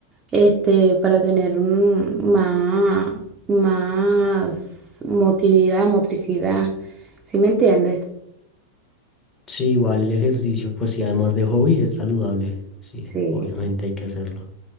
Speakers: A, on the right; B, on the left.
A: este, para tener un- más, más motividad, motricidad, ¿sí me entiendes?
B: Sí, igual el ejercicio, pues sí, además de hobby, es saludable. Sí,
A: Sí,
B: obviamente hay que hacerlo.